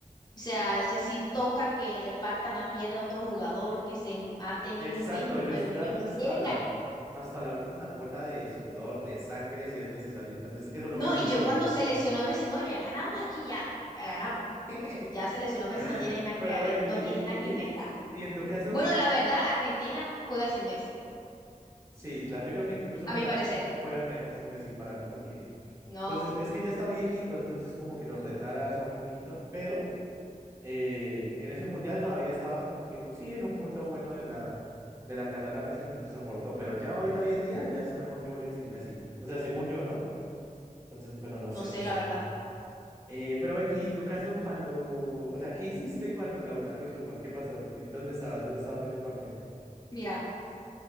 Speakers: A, on the left (about 30°); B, on the right (about 20°).
A: O sea, si así toca que le partan la pierna a otro jugador, que se maten
B: Exacto,
A: ellos mismos,
B: ellos
A: pero ellos
B: dan hasta
A: quieren
B: la,
A: ganar.
B: hasta la última gota de sudor, de sangre, si es necesario. Entonces, eso es
A: No,
B: lo que se
A: y
B: les
A: yo
B: abona.
A: cuando se lesionó Messi, no, ya ganamos aquí, ya, ya ganamos.
B: <laughs>
A: Ya se lesionó Messi, no tiene nada
B: Pero,
A: que, ave-
B: eh,
A: no
B: y,
A: tiene
B: y,
A: nada que inventar.
B: y, y en tu caso,
A: Bueno, la verdad, Argentina juega sin Messi,
B: sí, claro, yo creo que incluso
A: a
B: juegan,
A: mi parecer.
B: juegan mejor sin Messi para mí, porque,
A: No,
B: pues es, es que ya está viejito, entonces como que lo retaras a un poquito, pero eh, en ese mundial todavía estaba como que en- sí, en un punto bueno de la, de la carrera Messi, entonces aportó, pero ya ahorita hoy en día ya es mejor que jueguen sin Messi. O sea, según yo, ¿no? Entonces, pero no
A: no
B: sé,
A: sé,
B: no sé.
A: la verdad.
B: Eh, pero en, y en tu caso, cuando, o sea, ¿qué hiciste cuando Lautaro hizo el gol? ¿Qué pasó? ¿En- ¿Dónde estabas? ¿Dónde estabas viendo el partido?
A: Mira,